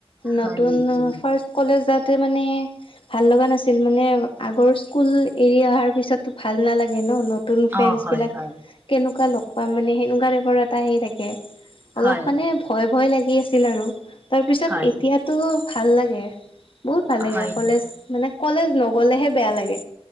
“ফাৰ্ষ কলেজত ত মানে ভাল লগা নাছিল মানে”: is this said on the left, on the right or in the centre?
Left